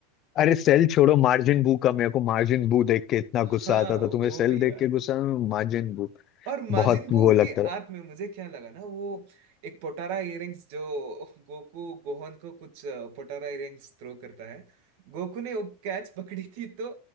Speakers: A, on the left; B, on the right.
A: अरे सेल छोड़ो मार्जिन बू का मेरे को मार्जिन बू देख के इतना
B: हाँ
A: गुस्सा आता था तुम्हें
B: वो
A: सेल
B: भी
A: देख
B: यार
A: के गुस्सा मार्जिन बू
B: और माजिन
A: बहुत
B: बू
A: वो लगता
B: के
A: था
B: आर्क में मुझे क्या लगा ना वो एक पोटारा इयररिंग्स जो गोकू गोहन को कुछ अ, पोटारा इयररिंग्स थ्रो करता है गोकू ने वो कैच पकड़ी थी तो